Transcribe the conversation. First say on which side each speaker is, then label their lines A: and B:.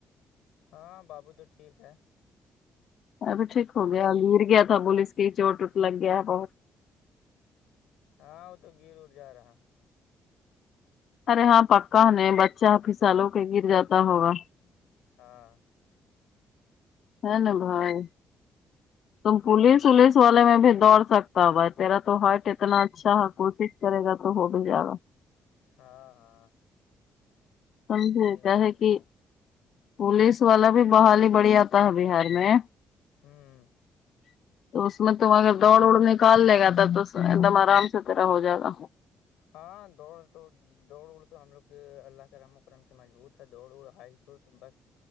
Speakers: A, on the left; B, on the left.
A: ہاں بابو تو ٹھیک ہے
B: ابھی ٹھیک ہو گیا گر گیا تھا بولے کی چوٹ وٹ لگ گیا بہت
A: ہاں وہ تو گیر ور جا رہا
B: ارے ہاں پکا نہیں بچہ پھسالو کے گر جاتا ہوگا
A: ہاں
B: ہے نا بھائی تم
A: ہوں
B: پولیس ولیس والے میں بھی دوڑ سک تا ہے تیرا تو ہائٹ اتنا اچھا ہے کوشش کرے گا تو ہو بھی جائے گا
A: ہاں ہاں
B: سمجھےکیا
A: ٹھیک بول
B: ہے
A: رہی
B: کہ
A: ہیں
B: پولیس والا بھی بحالی بڑی آتا ہے بہار میں
A: ہوں
B: تو اس میں تم اگر دوڑ ووڑ نکال لے گا تب تو ایک دم آرام سے تیرا ہو جائے گا
A: ہاں دوڑ تو دوڑ ووڑ تو ہم لوگ کے اللہ کے رحم و کرم سے مضبوط ہے دوڑ ووڑ ہایٹ وسٹ بس